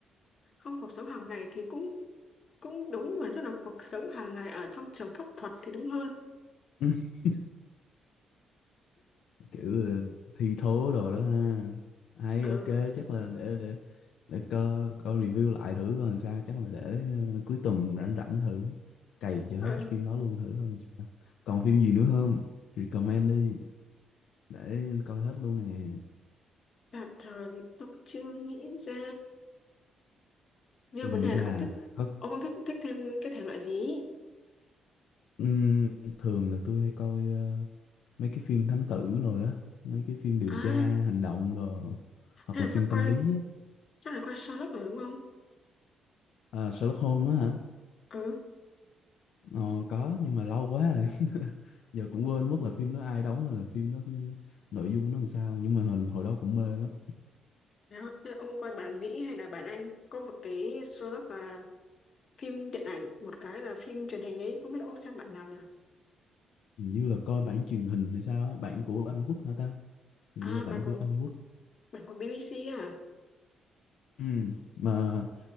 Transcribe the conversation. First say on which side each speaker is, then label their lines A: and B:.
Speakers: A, on the left; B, on the left.
A: không cuộc sống hàng ngày thì cũng cũng đúng nhưng mà chắc là cuộc sống hàng ngày ở trong trường pháp thuật thì đúng hơn
B: <laughs> kiểu ờ, thi thố đồ đó ha hay
A: ừ,
B: ok chắc là để để để coi coi review lại thử coi làm sao chắc là để ờ, cuối tuần rảnh rảnh thử cày cho
A: ừ.
B: hết phim đó luôn thử coi làm sao còn phim gì nữa không recommend đi để coi hết luôn nè
A: tạm thời thì tôi chưa nghĩ ra nhưng
B: chưa
A: vấn
B: nghĩ
A: đề
B: ra
A: là ông thích
B: có
A: ông ông thích thích thêm cái thể loại gì ý?
B: ừm, thường là tôi hay coi ờ, mấy cái phim thám tử rồi đó mấy cái phim điều
A: à
B: tra hành động rồi hoặc
A: hay
B: là
A: là
B: phim
A: chắc
B: tâm
A: coi
B: lý á
A: chắc là coi Sherlock rồi đúng không
B: Ờ, Sherlock Holmes á hả?
A: ừ
B: Ờ, có nhưng mà lâu quá rồi. <laughs> Giờ cũng quên mất là phim nó ai đóng hay là phim nó nội dung nó làm sao nhưng mà hình hồi đó cũng mê lắm.
A: đó thế là ông coi bản Mỹ hay là bản Anh có một cái Sherlock là phim điện ảnh một cái là phim truyền hình ấy không biết ông xem bản nào nhỉ
B: Hình như là coi bản truyền hình hay sao á, bản của Anh Quốc hả ta? Hình
A: À,
B: như là bản
A: bản
B: của
A: của
B: Anh Quốc.
A: bản của BBC à?
B: Ừ, mà